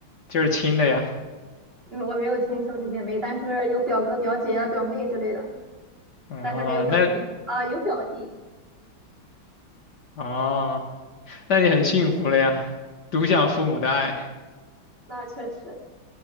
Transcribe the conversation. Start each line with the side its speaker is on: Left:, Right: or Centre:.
Left: 就是亲的呀。
Right: 嗯，我没有亲兄弟姐妹，但是有表哥、表姐啊、表妹之类的，
Left: 哦，
Right: 但是没有表弟啊，
Left: 那
Right: 有表弟，
Left: 哦，那你很幸福了呀，独享父母的爱。
Right: 那确实